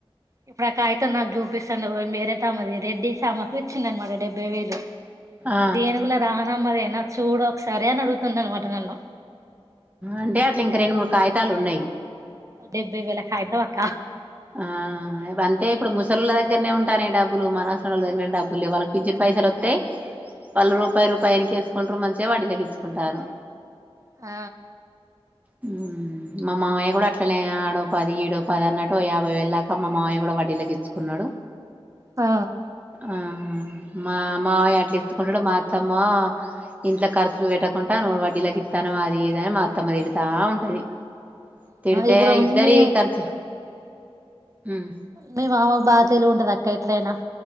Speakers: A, on the right (about 30°); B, on the right (about 15°).
A: ఇప్పుడు ఆ కాగితం నాకు చూపిస్తాండు మాయమ్మయ రెడ్డి ఆమెకు ఇచ్చిండు అనమాట డెబ్బై వేలు
B: ఆ
A: ఇది ఏనుగుల రా మా అది నాకు చూడొక్కస్ సారే అని అడుగుతుంది అనమాట నన్ను
B: అంటే అట్ల ఇంక రెండు మూడు కాగి తాలున్నాయి
A: డెబ్భై వేళ కాగితం అ కా
B: ఆ అంతే ఇప్పుడు. ముసలొళ్ళ దగ్గరనే ఉంటాన్నయ్ డబ్బులు మనసరు వాళ్ళ దగ్గర డబ్బులు లేవు వాళ్ళకి పించను పైసలు వత్తయ్ వాళ్ళు రూపాయి రూపాయ్ ఎనుకేసుకుంటారు మంచిగా వడ్డీళకి ఇచ్చుకుంటారు
A: ఆ
B: ఉమ్ మా మామయ్య కూడా అట్లనే ఆడోపది ఈడోపది అన్నట్టు ఇంకో యాభై వేళ దాకా మామయ్య కూడా వడ్డీలకి ఇచ్చుకున్నాడు
A: ఆ
B: ఆ మా మావయ అట్లా ఎత్తుకుంటాడు మా అత్తమ్మ ఇంట్లో ఖర్చులు పెట్టకుంట నువ్వు వడ్డీలకి ఇత్తాన్నవ అది ఇది అని మా అత్తమ్మ తిడుతా ఉంటది తిడితే
A: ఇప్పుడు
B: ఇద్దరి
A: మీ
B: ఖర్చు ఉమ్
A: మీ మామకు బాగా తెలివి ఉంటది అక్క ఎట్లయినా